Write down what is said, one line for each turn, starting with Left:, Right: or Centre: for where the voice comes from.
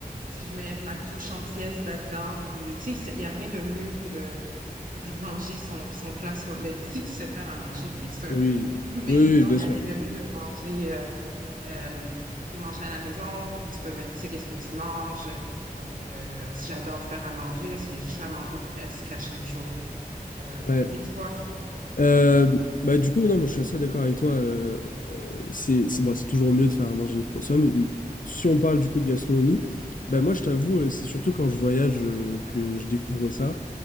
Right: si je mets ma touche entière là-dedans, puis tu sais, il n'y a rien de mieux que de, que de manger son, son plat soi. Mais si tu sais faire à manger, bien sûr.
Left: oui,
Right: <laughs> Mais
Left: oui, oui,
Right: sinon,
Left: bien
Right: il n'y
Left: sûr.
Right: a rien de mieux de manger, euh, euh, de manger à la maison, puis tu peux mettre, tu sais, qu'est-ce que tu manges. Donc, euh, j'adore faire à manger, là, c'est- je fais à manger presque à chaque jour. Euh,
Left: Ouais.
Right: et toi?
Left: Euh, bah du coup non moi je suis assez d'accord avec toi euh, euh, c'est c'est bon, c'est toujours mieux de faire à manger pour soi mais euh, si on parle du coup de gastronomie bah moi je t'avoue euh, c'est surtout quand je voyage euh, que je découvre ça